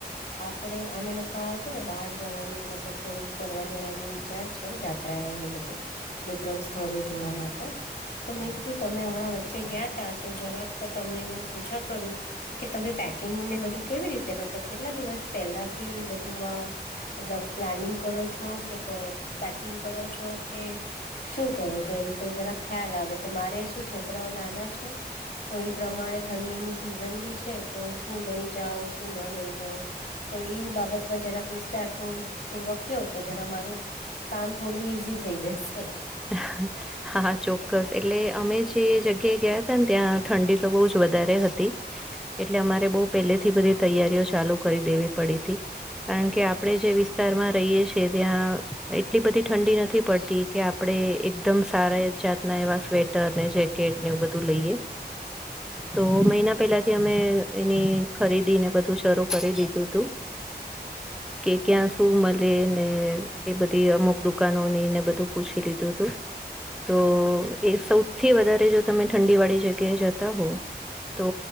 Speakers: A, on the left; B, in the centre.
A: આપડે અમે લોકો છે ને બહાર જવાનું મતલબ થોડુંક ફરવા જવાનું વિચાર છે જાત્રા એને બધે બે ત્રણ સ્થળો જોવા માટે. તો મેં કીધું તમે હમણાં વચ્ચે ગયા તા તો જરાક તમને હું પૂછા કરું કે તમે પક. બધું કેવી રીતે કેટલા દિવસ પેલા થી બધું આ મતલ પ્લાનિંગ. કરો છો કે પેકિંગ કરો છો કે. શું કરો છો એમ તો જરાક ખ્યાલ આવે તો મારે શું છોકરાઓ નાના છે. તો એઈ પ્રમાણે ઠંડીની સિઝન બી છે તો શું લઈ જાાવ. ન લઈ જાવ તો એ બાબતમાં જરાક વિસ્તારૂ પૂર્વક. કયો તો જરા મામારું કામ થોડું ઈઝી થઈ જશે.
B: હ. હા ચોક્કસ એટલે અમે જે જગ્યાએ ગયા હતા ને ત્યાં ઠંડી તો બહુ જ વધારે હતી. એટલે અમારે બહ પહેલેથી બધી તૈયારીઓ ચાલુ કરી દેવી પડી હતી. કારણ કે આપણે જે વિસ્તારમાં રહીએ છ છેએ ત્યાં એટલી બધી ઠંડી નથી પડતી કે. આપણે એકદમ સારા એ જાતના એવા સ્વેટર ને જેકેટ ને એવું બધું લઈએ. તો મહિના પહેલાથી અમે એની ખરીદી ને બધું શરૂ કરી દીધું હતું.
A: <inaudible>
B: કે ક્યાં સુું મળે ને એ બધી અમુક દુકાનો ની ને બધું પૂછી લીધું. તું તું. તો એ સૌથી વધારે જો તમે ઠંડી વાળી જગ્યાએ જતા હો. તો